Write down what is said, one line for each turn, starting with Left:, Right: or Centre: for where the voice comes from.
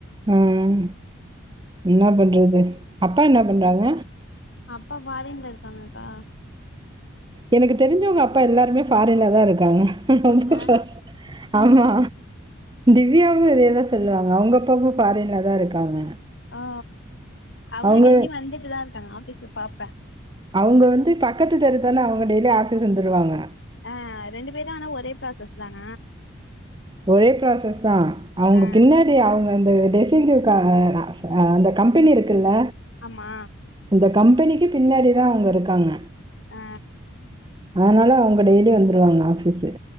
Right: ம் என்னா பண்றது அப்பா என்ன பண்றாங்க
Left: அப்பா ஃபாரின்ல இருக்காங்கக்கா
Right: எனக்கு தெரிஞ்சவங்க அப்பா எல்லாருமே ஃபாரின்லதா இருக்காங்க ரோம்ப
Left: ஆ
Right: கஷ் ஆமா திவ்யாவு இதே தா சொல்லுவாங்க அவுங்க அப்பாவு ஃபாரின்லதா இருக்காங்க
Left: ஓ அவுங்க
Right: அவங்க
Left: டெய்லியும் வந்துட்டு தா இருக்காங்க ஆஃபீஸ்ல பாப்ப
Right: அவுங்க வந்து பக்கத்து தெரு தான அவுங்க டெய்லி ஆஃபிஸ் வந்துருவாங்க
Left: ஆ ரெண்டு பேரு ஆனா ஒரே ப்ராசஸ் தானா
Right: ஒரே ப்ராசஸ் தா அவுங்க
Left: ஆ
Right: பின்னாடி அவுங்க அந்த டெசஞ்சர் கார் வேணா அந்தக் கம்பெனி இருக்குல
Left: ஆமா
Right: அந்த கம்பெனிக்கு பின்னாடி தா அவங்க இருக்காங்க
Left: ஆ
Right: அதனால அவங்க டெய்லி வந்துருவாங்க ஆஃபீஸ்ஸு